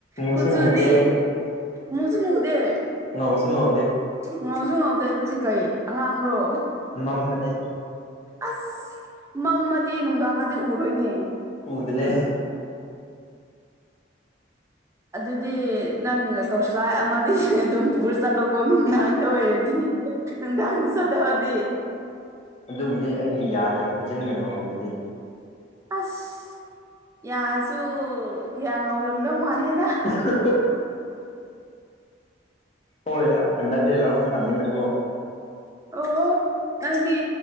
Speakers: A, on the left; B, on the right.
A: ꯃꯨꯁꯨ
B: ꯀꯨꯆꯨꯗꯤ
A: ꯃꯨꯗꯦ
B: ꯃꯖꯨ ꯃꯨꯗꯦ
A: ꯉꯧꯁꯨ ꯉꯧꯗꯦ
B: ꯉꯧꯖꯨ ꯉꯧꯗꯦ ꯑꯗꯨꯗꯤ ꯀꯩ ꯑꯉꯥꯡꯕ꯭ꯔꯣ
A: ꯃꯝꯕꯅꯦ
B: ꯑꯁ ꯃꯝꯃꯗꯤ ꯅꯨꯡꯗꯥꯡꯒꯗꯤ ꯎꯔꯣꯏꯅꯦ
A: ꯎꯗ꯭ꯔꯦ
B: ꯑꯗꯨꯗꯤ ꯅꯪ ꯇꯣꯁꯂꯥꯏ ꯑꯃꯗꯤ ꯑꯗꯨꯝ ꯄꯨꯔ ꯆꯠꯂꯣꯀꯣ ꯅꯥꯡꯗ ꯑꯣꯏꯔꯗꯤ ꯅꯨꯡꯗꯥꯡꯗ ꯆꯠꯍꯧꯔꯗꯤ
A: ꯑꯗꯨꯕꯨꯗꯤ ꯑꯩꯒꯤ ꯌꯥꯒ ꯈꯨꯖꯤꯟꯒ ꯉꯧꯌꯤꯖꯤꯗꯤ
B: ꯑꯁ ꯌꯥꯁꯨ ꯀꯌꯥ ꯉꯧꯔꯝꯗꯧ ꯃꯥꯟꯗꯦꯗꯥ
A: <unintelligible> ꯍꯣꯏ ꯍꯟꯗꯛꯁꯦ ꯂꯧ ꯃꯇꯝꯅꯤꯅꯀꯣ
B: ꯑꯣ ꯑꯣ ꯅꯪꯗꯤ